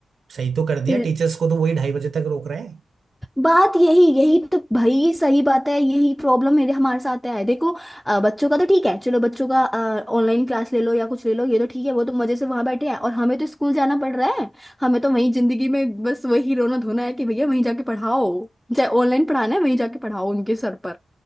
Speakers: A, on the right (about 70°); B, in the centre.
A: सही तो कर दिया
B: तो
A: टीचर्स को तो वही ढाई बजे तक रोक रहे हैं
B: बात यही यही तो भाई सही बात है यही प्रॉब्लम मेरे हमारे साथ है देखो अ, बच्चों का तो ठीक है चलो बच्चों का ऑनलाइन क्लास ले लो या कुछ ले लो ये तो ठीक है वो तो मजे से वहां बैठे हैं और हमें तो स्कूल जाना पड़ रहा है हमें तो वही जिंदगी में बस वही रोना धोना है कि भैया वहीं जाके पढ़ाओ चाहे ऑनलाइन पढ़ाना है वहीं जाके पढ़ाओ उनके सर पर